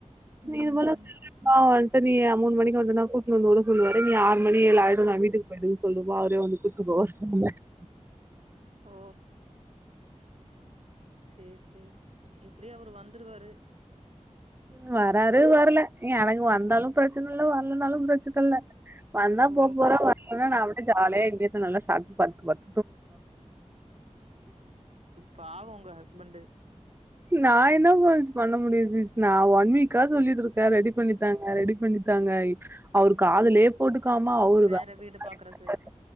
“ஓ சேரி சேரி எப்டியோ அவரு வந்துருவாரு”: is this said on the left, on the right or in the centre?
Right